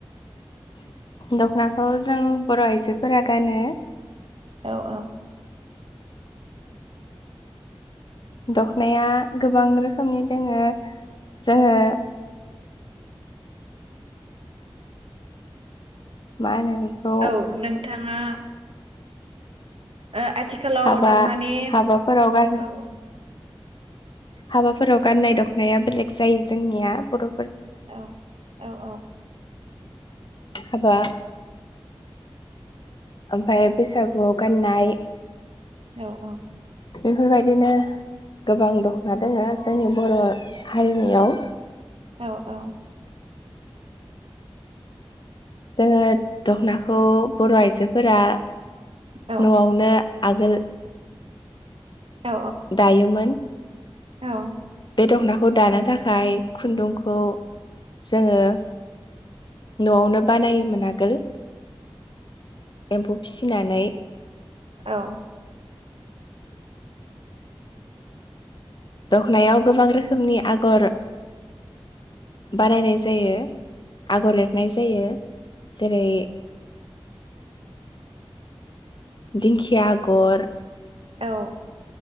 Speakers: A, on the left; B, on the right.
A: दखनाखौ जों बर' आइजोफोरा गानो।
B: औ औ
A: दखनाया गोबां रोखोमनि दोङो‌। जोङो मा होनो बेखौ
B: औ नों थांङा ओ आथिखालाव
A: हाबा
B: दखनानि
A: हाबाफोराव गान
B: औ औ
A: हाबाफोराव गाननाय दखनाया बेलेग जायो जोंनिया बर'
B: औ औ औ
A: हाबा ओमफाय बैसागुवाव गाननाय
B: औ औ
A: बेफोरबायदिनो गोबां दख'ना दोङो जोंनि बर' हारिनियाव
B: औ औ
A: जोङो दख'नाखौ बर' आइजोफोरा
B: औ
A: न'वावनो आगोल
B: औ
A: दायोमोन।
B: औ
A: बे दख'नाखौ दानो थाखाय खुन्दुंखौ जोङो न'वावनो बानायोमोन आ गोल। एम्फौ फिसिनानै
B: औ
A: दखनायाव गोबां रोखोमनि आगर बानानाय जायो आगर एरनाय जायो जेरै दिंखिया आगर
B: औ